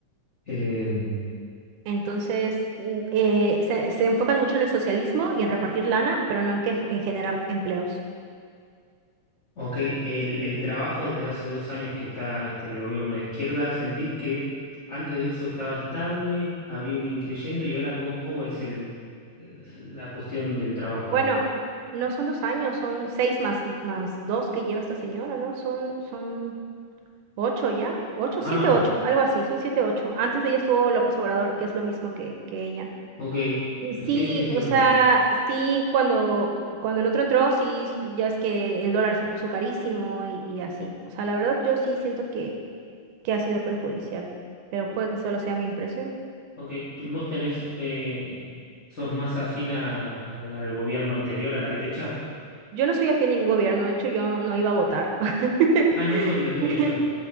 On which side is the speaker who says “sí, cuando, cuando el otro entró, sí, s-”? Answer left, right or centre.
Right